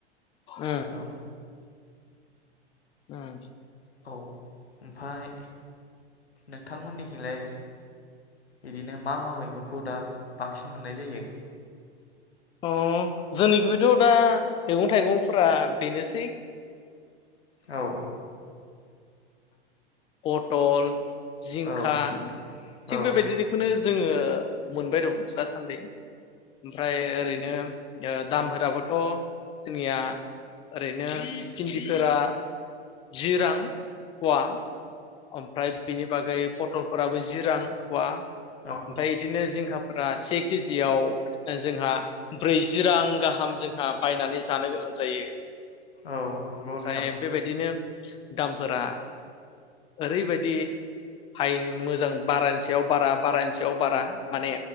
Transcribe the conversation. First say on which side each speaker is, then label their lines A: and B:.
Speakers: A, on the left; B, on the left.
A: उम
B: नोंथां।
A: ओम।
B: औ ओमफ्राय नोंथांमोननिथिलाय बिदिनो मा-मा मैगंखौ दा बांसिन मोननाय जायो।
A: अ जोंनिखि बेथ' दा मैगं थाइगंफोरा बेनोसै।
B: औ।
A: पटल। जिंखा
B: औ नोंथां
A: थिग
B: औ
A: बेबायदिनो जोङो मोनबाय दं दासान्दि ओमफ्राय ओरैनो दामफोराबोथ' जोंनिया ओरैनो भिन्दिफोरा जि रां पवा। ओमफ्राय बिनि बागै पटलफोराबो जि रां फवा ओमफ्राय
B: औ
A: बिदिनो जिंखा फ्रा से केजियाव जोंहा ब्रैजि रां गाहाम जोंहा बायनानै जानो गोनां जायो। ओमफ्राय
B: औ नंगौ नोंथां
A: बेबायदिनो दामफोरा ओरैबायदि हाय मोजां बारानि सायाव बारा बारानि सायाव बारा माने